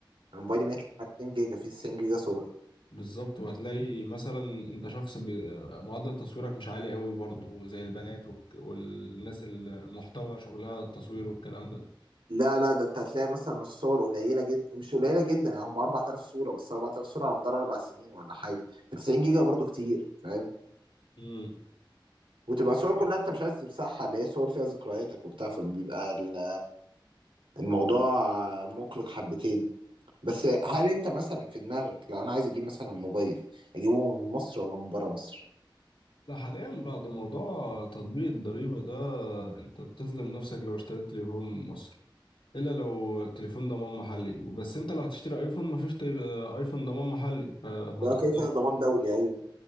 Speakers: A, on the right (about 80°); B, on the left (about 80°).
A: أنا موبايلي 130 جيجا فيه 90 جيجا صور
B: بالظبط وهتلاقي مثلا انت شخص بي... معدل تصويرك مش عالي قوي برضو زي البنات وك... والناس المحتوى شغلها التصوير والكلام ده
A: لا لا ده انت هتلاقي مثلا الصور قليله جدا مش قليله جدا يعني هم 4000 صوره بس 4000 صوره على مدار اربع سنين ولا حاجه ف 90 جيجا برضو كتير فاهم
B: امم
A: وتبقى صور كلها انت مش عايز تمسحها اللي هي صور فيها ذكرياتك وبتاع فبيبقى ال- الموضوع مقلق حبتين بس هل انت مثلا في دماغك لو انا عايز اجيب مثلا موبايل اجيبه من مصر ولا من بره مصر؟
B: لا حاليا بعد موضوع تطبيق الضريبة ده انت بتظلم نفسك لو اشتريت تليفون من مصر الا لو التليفون ضمان محلي بس انت لو هتشتري ايفون مفيش تي... ايفون ضمان محلي ف- فهتضطر
A: لا كده كده ضمان دولي ايوه